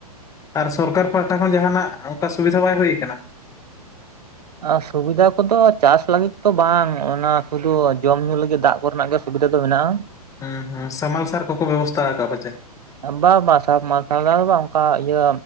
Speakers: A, on the left (about 15°); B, on the right (about 80°).
A: ᱟᱨ ᱥᱚᱨᱠᱟᱨ ᱯᱟᱦᱟᱴᱟ ᱠᱷᱚᱱ ᱡᱟᱦᱟᱱᱟᱜ ᱚᱱᱠᱟ ᱥᱩᱵᱤᱫᱷᱟ ᱵᱟᱭ ᱦᱩᱭᱩ ᱟᱠᱟᱱᱟ?
B: ᱟᱨ ᱥᱩᱵᱤᱫᱷᱟ ᱠᱚᱫᱚ ᱪᱟᱥ ᱞᱟᱹᱜᱤᱫ ᱛᱚ ᱵᱟᱝ ᱚᱱᱟ ᱥᱩᱫᱩ ᱡᱚᱢ ᱧᱩ ᱞᱟᱹᱜᱤᱫ ᱫᱟᱜ ᱠᱚᱨᱮᱱᱟᱜ ᱜᱮ, ᱥᱩᱵᱤᱫᱷᱟ ᱫᱚ ᱢᱮᱱᱟᱜ ᱟ।
A: ᱦᱩᱸ ᱦᱩᱸ ᱥᱟᱢᱢᱟᱞᱥᱟᱨ ᱠᱚᱠᱚ ᱵᱮᱵᱚᱥᱛᱷᱟ ᱟᱠᱟᱜ-ᱟ ᱯᱟᱪᱮ?
B: ᱵᱟ ᱵᱟ ᱥᱟᱵᱢᱟᱨᱥᱟᱞ <unintelligible> ᱵᱟᱝ ᱚᱱᱠᱟ ᱤᱭᱟᱹ